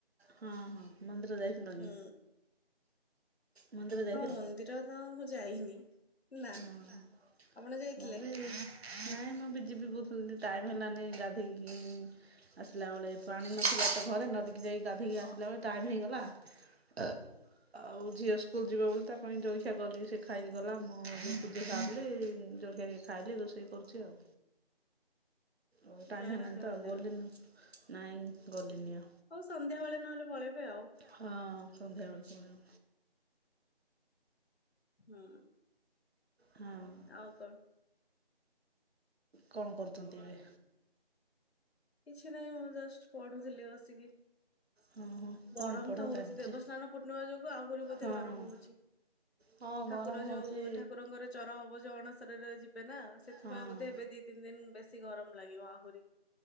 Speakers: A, on the right; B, on the left.
A: ହଁ ହଁ ମନ୍ଦିର ଯାଇଥିଲ କି?
B: ହୁଁ
A: ମନ୍ଦିର ଯାଇଥିଲ?
B: ହଁ ମନ୍ଦିର ତ ମୁଁ ଯାଇନି ନା।
A: ହଁ
B: ଆପଣ ଯାଇଥିଲେ?
A: ମୁଁ ବି ମୁ ବି ଯିବି ବହୁତ <unintelligible> ଟାଇମ୍ ହେଲାନି ଗାଧେଇକି ଇଁ ଆସିଲା ବଳେ ପାଣି ନଥିଲା ତ ଘରେ ନଦୀ କି ଯାଇକି ଗାଧେଇକି ଆସିଲା
B: ଅ
A: ବେଳେ ଟାଇମ୍ ହେଇଗଲା। ଅ ଆଉ ଝିଅ ସ୍କୁଲ ଯିବ ବୋଲି ତା ପାଇଁ ଜଳଖିଆ କଲି। ସେ ଖାଇକି ଗଲା। ମୁଁ ମୋର ପୂଜା ସାରିଲି। ଜଳଖିଆ ଟିକଏ ଖାଇ <unintelligible> ଲି ରୋଷେଇ କରୁଛି ଆଉ। ଓ ଟାଇମ
B: ଯାଇନାହାନ୍ତି
A: ହେଲାନି ତ
B: ମନ୍ଦିର
A: ଆଉ ଗଲିନ୍ ନାଇଁ ଗଲିନି ଆଉ।
B: ହଉ ସନ୍ଧ୍ୟାବେଳେ ନହେଲେ ପଳେଇବେ ଆଉ।
A: ହଁ ସନ୍ଧ୍ୟାବେଳେ ପଳେଇବ
B: ହୁଁ।
A: ହଁ।
B: ଆଉ କଣ?
A: କଣ କରୁଚନ୍ତି ଏବେ?
B: କିଛି ନାହିଁ ମୁଁ ଜଷ୍ଟ ପଢୁଥିଲି ବସିକି।
A: ହଁ ହଁ
B: ଗରମ
A: କଣ ପଢ଼ା
B: ତ ହଉଚି।
A: ଚାଲିଛି?
B: ଦେବସ୍ନାନ ପୂର୍ଣ୍ଣିମା ଯୋଗୁ ଆହୁରି ବୋଧେ
A: ହଁ।
B: ଗରମ ହଉଚି।
A: ହଁ
B: ଠାକୁର
A: ଗରମ ହଉଛି।
B: ଯୋଉ ଠାକୁରଙ୍କର ଚର ହବ ଯୋଉ ଅଣସରରେ ଯି ବେ ନା ସେଥିପାଇଁ
A: ହଁ।
B: ବୋଧେ ଏବେ ଦି ତିନି ଦିନ ବେଶୀ ଗରମ ଲାଗିବ ଆହୁରି।